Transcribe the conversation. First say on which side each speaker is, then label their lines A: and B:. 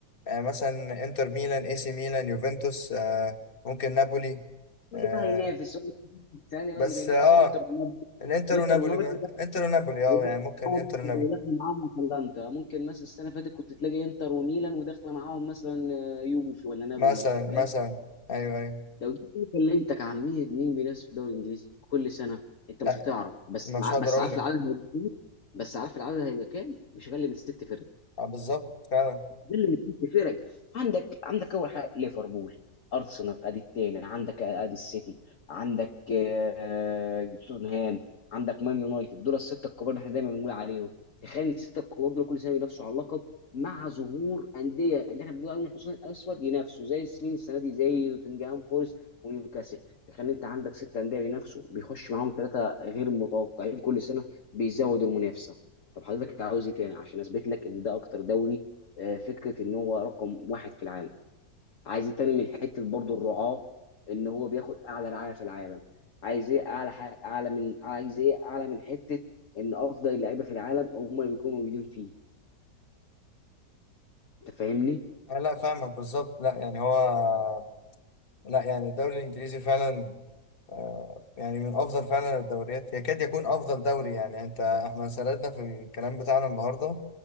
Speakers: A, on the left; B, on the left.
A: آه، مثلا انتر ميلان اي سي ميلان يوفنتوس آه، ممكن نابولي
B: كل
A: آه،
B: ده هينافس هو الثاني
A: بس
B: اللي بينافس
A: اه
B: إنتر ونابولي
A: الانتر
B: إنتر
A: ونابولي
B: ونابولي
A: بقى.
B: بينافس-
A: انتر ونابولي اه
B: وده
A: يعني ممكن انتر ونابولي
B: وداخل معاهم أتلانتا ممكن مثلا السنة اللي فاتت كنت تلاقي إنتر وميلان وداخلة معاهم مثلا آه، يوفي ولا نابولي
A: مثلا
B: أنت فاهم؟
A: مثلا ايوه ايوه
B: لو جيت كلمتك عن مين مين بينافس في الدوري الإنجليزي كل سنة أنت
A: لا
B: مش هتعرف بس
A: مش هقدر
B: بس
A: اقول
B: عارف
A: لك
B: العدد هيبقى كام؟ بس عارف العدد هيبقى كام؟ مش أقل من ست فرق
A: آه، بالظبط فعلا
B: ده اللي مديك فرق عندك عندك اول حاجه ليفربول ارسنال ادي الثاني عندك ادي السيتي عندك آه، توتنهام عندك مان يونايتد دول السته الكبار اللي احنا دايما بنقول عليهم تخيل السته الكبار دول كل سنه بينافسوا على اللقب مع ظهور انديه اللي احنا بنقول عليهم الحصان الاسود ينافسوا زي السنين السنه دي زي نوتنجهام فورست ونيوكاسل تخيل انت عندك ست انديه بينافسوا بيخش معاهم ثلاثه غير متوقعين كل سنه بيزودوا المنافسه طب حضرتك عاوز ايه تاني عشان اثبت لك ان ده اكتر دوري آه، فكره ان هو رقم واحد في العالم عايز إيه تاني من حته برضو الرعاه ان هو بياخد اعلى رعايه في العالم عايز ايه اعلى ح- اعلى من عايز ايه اعلى من حته ان افضل اللعيبه في العالم هم اللي بيكونوا موجودين فيه انت فاهمني
A: آه، لا فاهمك بالظبط لا يعني هو لا يعني الدوري الانجليزي فعلا آه، يعني من افضل فعلا الدوريات يكاد يكون افضل دوري يعني انت احنا سردنا في الكلام بتاعنا النهارده